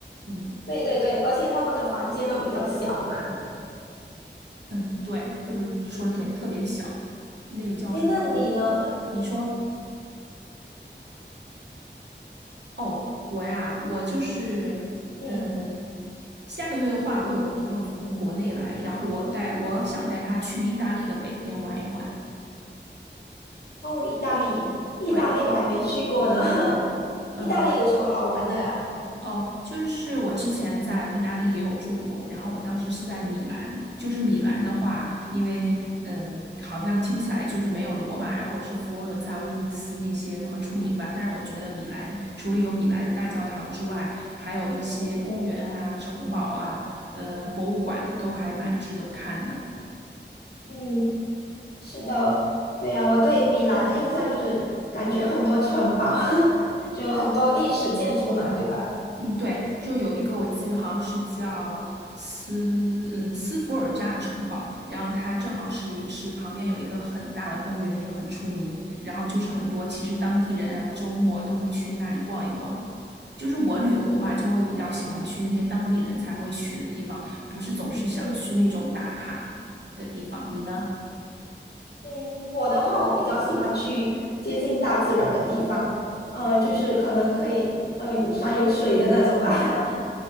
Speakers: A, on the right; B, on the left.
A: 嗯
B: 对对对，而且他们的房间都比较小嘛。
A: 嗯，对，就是说的对，特别小，那个叫什么？
B: 诶，那你呢？
A: 嗯，你说哦，我呀，我就是嗯，
B: 嗯，
A: 下个月的话，我有朋友从国内来，然后我带我想带他去意大利的北边玩一玩。
B: 哦，意大利，意大利我还没去过呢。
A: 对，
B: <laughs>
A: 嗯。
B: 意大利有什么好玩的呀？
A: 哦，就是我之前在意大利也有住过，然后我当时是在米兰。就是米兰的话，因为嗯，好像听起来就是没有罗马呀，或者是佛罗伦萨、威尼斯那些那么出名吧。但是我觉得米兰除了有米兰大教堂之外，还有一些公园啊、
B: 嗯
A: 城堡啊、呃，博物馆都还蛮值得看的。
B: 嗯，是的，对呀，我对米兰的印象就是感觉很多城堡，<laughs> 就很多历史建筑嘛，对吧？
A: 嗯，对，就有一个我记得好像是叫斯呃斯福尔扎城堡，然后它正好是也是旁边有一个很大的公园，也很出名，然后就是很多其实当地人啊周末都会去那里逛一逛。就是我旅游的话，就会比较喜欢去那些当地人才会去的地方，不是总是想去那种打卡的地方。
B: 嗯
A: 你呢？
B: 嗯，我的话，我比较喜欢去接近大自然的地方，呃，就是可能可以呃有山有水的那种吧。<laughs>